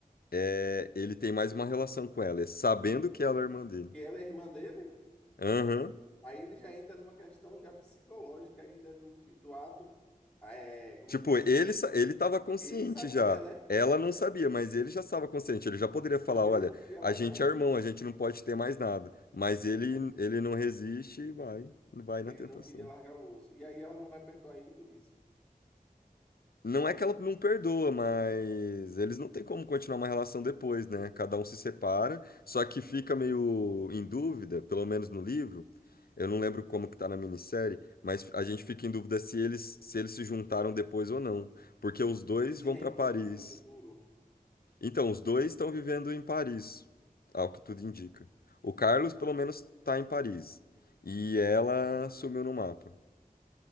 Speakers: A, on the left; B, in the centre.
A: é, ele tem mais uma relação com ela, é sabendo que ela é a irmã dele.
B: E ela é irmã dele?
A: Aham,
B: Aí ele já entra numa questão já psicológica aí né, do, cri- do ato, é, como
A: Tipo,
B: eu disse,
A: ele, sa- ele tava consciente
B: ele sabia,
A: já.
B: né?
A: Ela não sabia, mas ele já estava consciente. Ele já poderia falar:
B: Só que
A: olha,
B: ele não queria
A: a
B: largar
A: gente
B: o
A: é irmão,
B: osso.
A: a gente não pode ter mais nada. Mas ele,
B: Ele não,
A: ele não resiste e vai, vai na
B: ele
A: tentação.
B: não queria largar o osso. E aí ela não vai perdoar ele por isso.
A: Não é que ela não perdoa, mas eles não têm como continuar uma relação depois, né? Cada um se separa, só que fica meio em dúvida, pelo menos no livro. Eu não lembro como que tá na minissérie, mas a gente fica em dúvida se eles se eles se juntaram depois ou não, porque os dois
B: Se eles se
A: vão
B: reencontram
A: para Paris.
B: no futuro,
A: Então, os dois estão vivendo em Paris, ao que tudo indica. O Carlos, pelo menos, tá em Paris. E ela sumiu no mapa.